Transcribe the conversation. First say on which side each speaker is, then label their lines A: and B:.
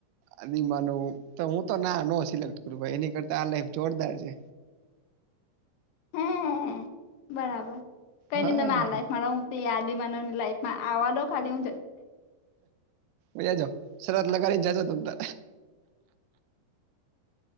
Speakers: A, on the right; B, on the left.
A: આ માનું હું તો ના ન સિલેક્ટ કરું એની કરતા આ લાઈફ જોરદાર છે.
B: હે બરાબર કઈ
A: હા
B: નય તમે આ લાઈફમાં રહું ત યાદી માનવની લાઈફમાં આવવા દો ખાલી હું જ.
A: વયા જાઓ, સરત લગીને જજો ત તો.